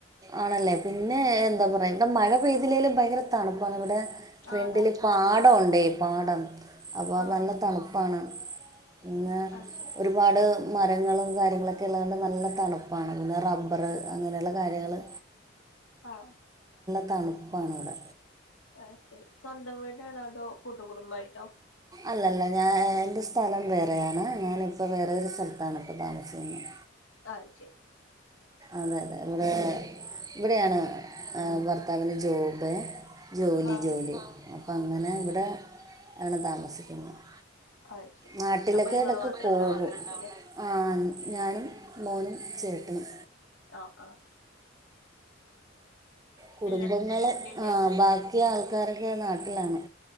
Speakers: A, on the right (about 20°); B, on the left (about 85°).
A: ആണല്ലേ പിന്നെ
B: ഉം
A: എന്താ പറയാ എന്താ മഴ പെയ്തില്ലേലും ഭയങ്കര തണുപ്പാണ് നമ്മടെ ഫ്രണ്ടില്
B: ആഹ് തണുപ്പുണ്ട്
A: പാടം ഉണ്ടേ പാടം അപ്പൊ അവടെ
B: ആഹ്
A: നല്ല തണുപ്പാണ് പിന്നെ
B: അത് ശെരി
A: ഒരുപാട് മരങ്ങളും കാര്യങ്ങളൊക്കെ ഉള്ളത് കൊണ്ട് നല്ല തണുപ്പാണ് അത് പിന്നെ റബ്ബറ് അങ്ങനെ ഉള്ള കാര്യങ്ങള്
B: ആഹ്
A: തണുപ്പാണ് ഇവിടെ
B: അത് ശെരി സ്വന്തം വീടാണോ അതോ കൂട്ടുകുടുംബായിട്ടോ
A: അല്ലല്ല ഞാൻ എൻ്റെ സ്ഥലം വേറെയാണ് ഞാനിപ്പൊ വേറെ ഒരു സ്ഥലത്താണ് ഇപ്പൊ താമസിക്കുന്നത്
B: അത് ശെരി
A: അതെ അതെ ഇവിടെ ഇവിടെയാണ് ഭർത്താവിന് ജോബ് ജോലി
B: ആഹ്
A: ജോലി അപ്പ അങ്ങനെ ഇവിടെ ആണ് താമസിക്കുന്നത്
B: അത് ശരി
A: നാട്ടിലൊക്കെ
B: അപ്പൊ നിങ്ങള്
A: ഇടക്ക്
B: മാത്രം
A: പോകും
B: ഉണ്ടാവുള്ളായിരിക്കും അല്ലേ
A: ആ ഞാനും മോനും ചേട്ടനും
B: ആ ആ
A: കുടുംബങ്ങള്
B: എന്നിട്ട് വീട്ടിലില്ലേ
A: ആ ബാക്കി ആൾക്കാരൊക്കെ നാട്ടിലാണ്.